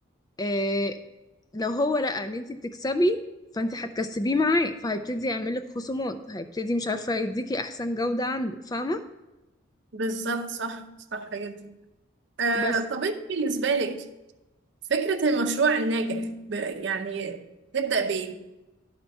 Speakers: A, on the left; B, on the right.
A: إيه لو هو لقى ان انت بتكسبي فانت هتكسبيه معاه فهيبتدي يعملك خصومات هيبتدي مش عارفة يديكي احسن جودة عنده فاهمة
B: بالظبط صح صح جدا آه،
A: بس
B: طب أنت بالنسبة لك فكرة المشروع الناجح ب- يعني تبدأ بإيه؟